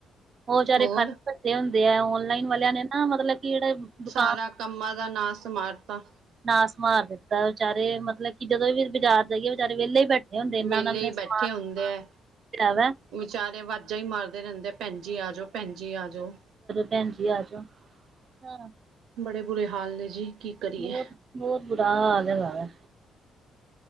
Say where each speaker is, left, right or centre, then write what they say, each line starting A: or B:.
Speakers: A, on the right; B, on the right.
A: ਉਹ ਵਿਚਾਰੇ
B: ਹੋਰ
A: <unintelligible> ਬੈਠੇ ਹੁੰਦੇ ਆ ਓਨਲਾਈਨ ਵਾਲਿਆਂ ਨੇ ਨਾ ਮਤਲਬ ਕਿ ਜਿਹੜੇ ਦੁਕਾਨ
B: ਸਾਰਾ ਕੰਮਾਂ ਦਾ ਨਾਂਸ ਮਾਰਤਾ।
A: ਨਾਸ ਮਾਰ ਦਿੱਤਾ ਵਿਚਾਰੇ ਮਤਲਬ ਕਿ ਜਦੋਂ ਵੀ ਅਸੀਂ ਬਾਜ਼ਾਰ ਜਾਈਏ ਵਿਚਾਰੇ ਵਿਹਲੇ ਹੀ ਬੈਠੇ ਹੁੰਦੇ ਇਨਾਂ
B: ਵਿਹਲੇ
A: ਨੇ
B: ਹੀ
A: ਸਮਾਨ
B: ਬੈਠੇ ਹੁੰਦੇ ਐ।
A: <inaudible> ਵਾ।
B: ਵਿਚਾਰੇ ਵਾਜਾਂ ਹੀ ਮਾਰਦੇ ਰਹਿੰਦੇ, ਭੈਣ ਜੀ ਆ ਜਾਓ, ਭੈਣ ਜੀ ਆ ਜਾਓ।
A: ਭੈਣ ਜੀ ਆ ਜੋ ਹਾਂ।
B: ਬੜੇ ਬੁਰੇ ਹਾਲ ਨੇ ਜੀ। ਕੀ ਕਰੀਏ।
A: ਬਹੁਤ-ਬਹੁਤ ਬੁਰਾ ਹਾਲ ਹੋਇਆ ਵ